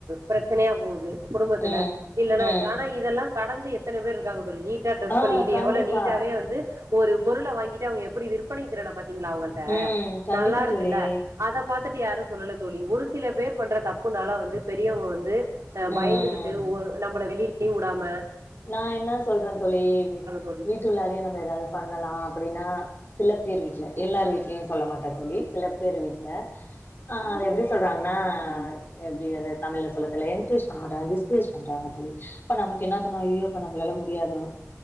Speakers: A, on the right (about 90°); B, on the left (about 45°).
A: ப்ரெச்சனையா போகுது குடும்பத்துல
B: ம்
A: இல்லென்ன
B: ம்
A: இருக்கு ஆனா இதெல்லா கடந்து எத்தன பேர் இருக்காங்க தோழி நீ ட்டா ட்ரெஸ்
B: ஆ
A: பண்ணிக்கிட்டு
B: கண்டிப்பா
A: எவ்வளோ நீட்டாவே வந்து ஒரு பொருள வாங்கிட்டு அவுங்க எப்படி விற்பனைத் திறன பாத்தீங்களா அவுங்க ள்ட்ட
B: ம் கண்டிப்பா
A: நல்லா இருக்குல்ல
B: தோழி
A: அத பாத்துட்டு யாரு சொல்லல தோழி ஒரு சில பேர் பண்ற தப்புனால வந்து பெரியவ்ங்க வந்து ஆ
B: ம்
A: பயந்துகிட்டு ஒ நம்பள வெளிலயு உடாம
B: நா என்ன சொல்றந் தோழி
A: தோழி
B: வீட்டுள்ளாரே நம்ம எதாவ்து பண்ணலா அ அப்படீனா சில பேர் வீட்ல எல்லார் வீட்லயு சொல்ல மாட்டே தோழி சில பேர் வீட்ல ஆ அது எப்படி சொல்றாங்ன்னா எப்டி அது தமிழ்ல சொல்ல தெல்ல என்கரேஜ் பண்ண மாட்டாங் டிஸ்கரேஜ் பண்றாங்க தோழி அப்ப நமக்கு என்ன தோணு அய்யோ அப்பா நம்பளால முடியாதோ